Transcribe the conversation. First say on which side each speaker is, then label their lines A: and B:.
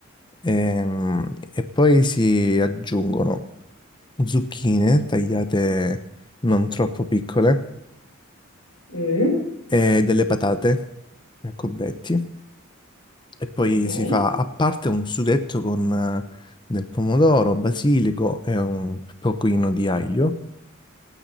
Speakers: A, on the left; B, on the left.
A: ehm, e poi si aggiungono zucchine tagliate non troppo piccole
B: Mm.
A: e delle patate a cubetti e poi
B: Ok. Beh,
A: si fa a parte un sughetto con eh, del pomodoro, basilico e un pochino di aglio